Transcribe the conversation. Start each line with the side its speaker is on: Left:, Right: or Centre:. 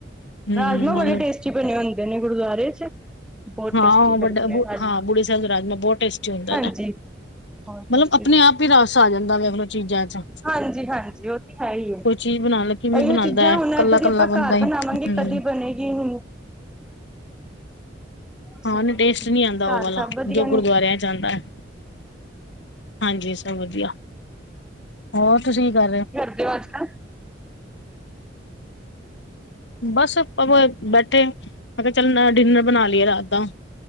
Left: ਹੂੰ
Centre: ਰਾਜਮਾਂਹ
Left: ਨਾਲ
Centre: ਬੜੇ ਟੇਸਟੀ ਬਣੇ ਹੁੰਦੇ ਨੇ ਗੁਰਦੁਆਰੇ ਚੱ ਬਹੁਤ
Left: ਹਾਂ
Centre: ਟੇਸਟੀ
Left: ਵੱਡਾ
Centre: ਲੱਗਦੇ ਰਾਜਮਾਂਹ
Left: ਹਾਂ ਬੁੜੇ ਸਾਹਿਬ ਦਾ ਰਾਜਮਾਂ ਬਹੁਤ ਟੇਸਟੀ ਹੁੰਦਾ
Centre: ਹਾਂਜੀ
Left: ਨਾ।
Centre: ਬਹੁਤ ਟੇਸਟਿ
Left: ਮਤਲਬ ਆਪਣੇ ਆਪ ਹੀ ਰਸ ਆ ਜਾਂਦਾ ਵੇਖਲੋ ਚੀਜ਼ਾਂ ਚ
Centre: ਹਾਂਜੀ ਹਾਂਜੀ ਹੈ ਹੀ
Left: ਕੋਈ ਚੀਜ਼ ਬਣਾਣ ਲੱਗੀ ਵੀ
Centre: ਇਹੀ
Left: ਬਣਾਂਦਾ
Centre: ਉਹ ਚੀਜ਼ਾਂ
Left: ਐ।
Centre: ਹੁਣ
Left: ਕੱਲਾ-ਕੱਲਾ
Centre: ਇਦਾਂ ਦੀ ਆਪਾਂ
Left: ਬੰਦਾ
Centre: ਘਰ
Left: ਈ
Centre: ਬਣਾਵਾਂਗੇ
Left: ਹੂੰ।
Centre: ਕਦੀ ਬਣੇਗੀ ਨਹੀਂ ਹੋਰ ਸੁਣਾਓ
Left: ਹਾਂਨ ਟੇਸਟ
Centre: ਤੁਸੀਂ
Left: ਨਹੀਂ ਆਉਂਦਾ
Centre: ਘਰ
Left: ਉਹ ਵਾਲਾ
Centre: ਸਭ ਵਧੀਆ
Left: ਜੋ ਗੁਰੂਦੁਆਰਿਆਂ
Centre: ਨੇ
Left: ਚੱ ਆਂਦਾ ਹੈ ਹਾਂਜੀ ਸਭ ਵਧੀਆ ਹੋਰ ਤੁਸੀਂ ਕਰ ਰਹੇ ਹੋ
Centre: ਦਿਵਾਲੀ ਤਕ
Left: ਬਸ ਆਪਾ ਬੈਠੇ, ਮੈਂ ਕਿਹਾ ਚੱਲ ਡਿਨਰ ਬਣਾ ਲਈਏ ਰਾਤ ਦਾ।